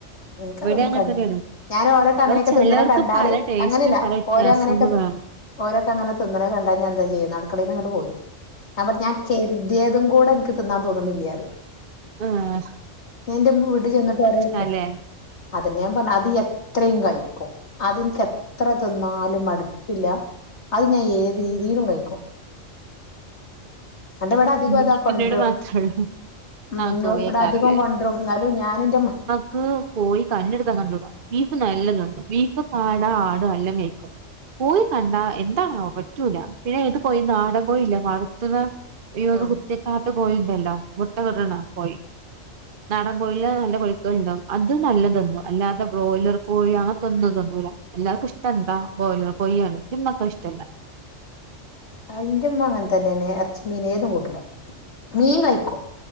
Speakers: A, on the left; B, on the right.
A: എനിക്കതൊന്നും
B: ഇവിടെ അങ്ങനെ
A: കണ്ട
B: തന്നെയാണ്
A: ഞാൻ ഓരോക്കെ അങ്ങനെയൊക്കെ
B: അത് ചിലവർക്ക്
A: തിന്നണേ കണ്ടാല്
B: പല ടേസ്റ്റും
A: അങ്ങനെയല്ല
B: പല വ്യത്യാസങ്ങളുമാണ്
A: ഓരോ അങ്ങനെയൊക്കെ ഓരൊക്കെ അങ്ങനെ തിന്നണേ കണ്ടാൽ ഞാൻ എന്താ ചെയ്യുന്ന അക്കടൽ നിങ്ങട്ട പോരും ഞാൻ പറ ഞാൻ കരുത്യേതും ഓടെ എനിക്ക് തിന്നാൻ തോന്നുന്നില്ലായറും
B: ആഹ്
A: ഞാൻ എന്റെ വീട്ടിൽ ചെന്നിട്ട് രോട്
B: അല്ലേ
A: അതന്നെയ പറഞ്ഞ അത് എത്രയും കഴിക്കും അതിനിക്ക് എത്ര തിന്നാലും മടുപ്പില്ല അത് ഞാൻ ഏത് രീതിയിലും കഴിക്കും എന്റെ ഇവിടെ അധികം
B: ബീഫിന്റോട്
A: അതാ കൊണ്ടരും
B: മാത്രേള്ളൂ
A: ഉം
B: ആഹ്
A: ൻ്റോ
B: കോഴിയേക്കാരല്ലേ
A: ഇവിടെ അധികം കൊണ്ടരും എന്നാലും ഞാൻ എൻ്റെ മ
B: ക്ക് കോഴി കണ്ടെടുത്താ കണ്ടടാം ബീഫ് നല്ല നിന്നും ബീഫ് കാടാ ആടും എല്ലാം കഴിക്കും കോഴി കണ്ടാ എന്താണ പറ്റൂല പിന്നെ ഇത് കോയിന്ന് നാടൻ ട കോഴല്ല വളർത്തുന്ന ഈ ഒന്ന്
A: ആഹ്
B: കുറ്റക്കാത്ത് പോയിണ്ടല്ലോ മുട്ട കടണ പോയി നാടൻ കോഴയില നല്ല കോഴിക്കൾ ഉണ്ടാവും അത് നല്ലതൊന്നും അല്ലാതെ ബ്രോയിലർ കോഴി അങ്ങെ തൊന്നതൊന്നുമല എല്ലാവർക്ക ഇഷ്ട എന്താ ബ്രോയിലർ കോഴിയാണ് നിമ്മക്ക ഇഷ്ടമല്ല
A: അയിന്റെമ്മ അങ്ങനെ തന്നെയാണ് ഇറച്ചി മീൻ ഏതും കൂട്ടൂല മീൻ കഴിക്കും